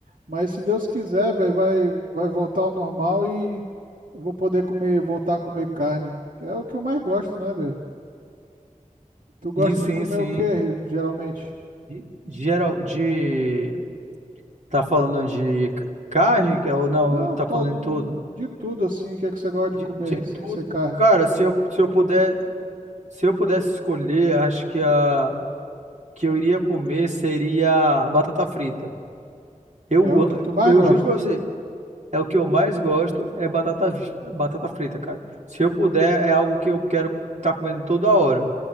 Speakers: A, on the right; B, on the right.
A: Mas se Deus quiser, velho, vai vai voltar ao normal e eu vou poder comer, voltar a comer carne, que é o que eu mais gosto, né, velho? Tu gosta
B: Sim, sim,
A: de comer
B: sim.
A: o quê, geralmente?
B: E Geral, de. Tá falando de c- carne? é, Ou não,
A: Não,
B: tá
A: tô
B: falando em tudo?
A: de tudo assim. O que é que você gosta
B: De,
A: de comer
B: de
A: sem
B: tudo.
A: ser carne?
B: Cara, se eu, se eu puder, se eu pudesse escolher, acho que a que eu iria comer seria batata frita. Eu,
A: É o
B: a-
A: que tu mais
B: eu
A: gosta.
B: juro pra você, é o que eu mais gosto, é batata, vi- batata frita, cara. Se eu puder, é algo que eu quero estar comendo toda hora.